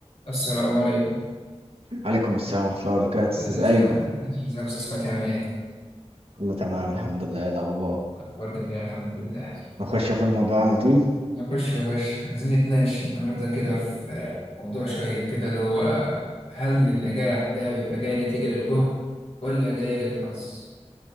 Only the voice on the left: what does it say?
السلام عليكم
ازاي
ازيك يا استاذ فتحي عامل ايه
اخبار جميله الحمد لله
نخش يا باشا عايزين نتناقش النهارده كده في موضوع شيق كده اللي هو هل النجاح ده بيبقى جاي نتيجه للجهد ولا جاي للحظ